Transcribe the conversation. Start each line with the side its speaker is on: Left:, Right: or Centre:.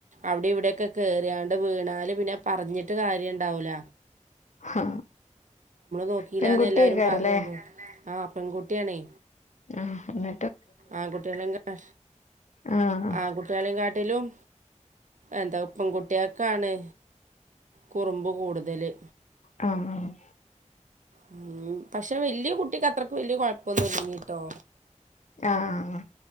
Right: അവിടെ ഇവിടെക്കെ കേറിയാണ്ട് വീണാല് പിന്നെ പറഞ്ഞിട്ട് കാര്യം ഇണ്ടാവൂല
Left: ആ
Right: നോക്കിയില്ലാന്ന്
Left: പെൺകുട്ടിയ്ക്കാരല്ലേ
Right: എല്ലാവരും പറയുള്ളൂ ആ പെൺകുട്ടിയാണേ
Left: ആ അങ്ങനെ
Right: ആൺകുട്ടികളെയും കാ
Left: ആഹ്
Right: ആൺകുട്ടികളെയും കാട്ടിലും എന്താ പെൺകുട്ടിയക്കാണ് കുറുമ്പ് കൂട് തല്
Left: ആ ആ
Right: ഉ പക്ഷെ വല്യ കുട്ടിക്ക് അത്രയ്ക്ക് വല്യ കൊഴപ്പൊന്നും ഇല്ലയ്നീ ട്ടോ
Left: ആ ആ